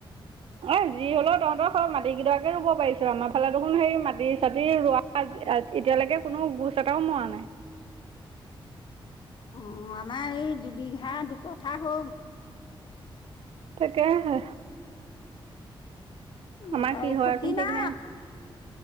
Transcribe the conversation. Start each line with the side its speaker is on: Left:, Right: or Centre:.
Right: অ' যি হলেও তহঁতৰ মাটি কেইটাকে ৰুব পাৰিছো আমাৰ ফালে দেখোন সেই মাটি চাটি ৰোৱা এতিয়ালৈকে কোনো গোচ এটাও মৰা নাই।
Left: অ', আমাৰ এই দুবিঘা দুকথা হ'ল।
Right: তাকে হে
Left: ম
Right: আমাৰ
Left: ত
Right: কি হয়চোন
Left: খুটি
Right: ঠিক
Left: না।
Right: নাই